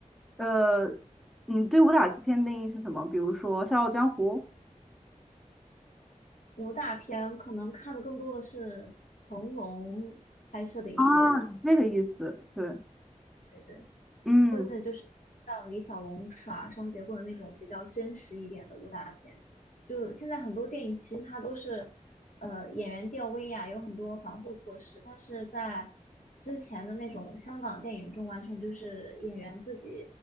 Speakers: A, in the centre; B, on the left.
A: 呃，你对武打片定义是什么？比如说《笑傲江湖》
B: 武打片可能看的更多的是成龙拍摄的一些。
A: 啊，这个意思，对，
B: 对对。
A: 嗯。
B: 或者就是像李小龙耍双截棍的那种比较真实一点的武打片。就现在很多电影其实它都是，呃，演员吊威亚，有很多防护措施，但是在之前的那种香港电影中，完全就是演员自己